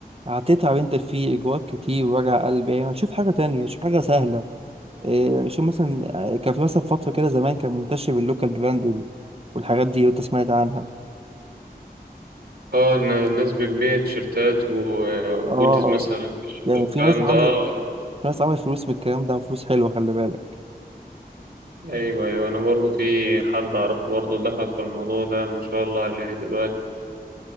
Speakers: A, on the right (about 35°); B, on the right (about 75°).
A: هتتعب انت فيه اجراءات كتير ووجع قلب يعني شوف حاجه تانية شوف حاجه سهله إيه، شوف مثلا آه، كان في مثلا فترة كده زمان كان منتشر اللوكال براند وال- والحاجات دي لو انت سمعت عنها
B: اه إن الناس بتبيع تيشيرتات و-
A: اه
B: وهوديز مثلا في الشتاء
A: يعني
B: والكلام
A: في ناس عملت
B: ده اه
A: في ناس عملت فلوس من الكلام ده وفلوس حلوة خلي بالك
B: ايوه ايوه انا برضه في حد اعرفه برضه دخل في الموضوع ده ما شاء الله عليه دلوقتي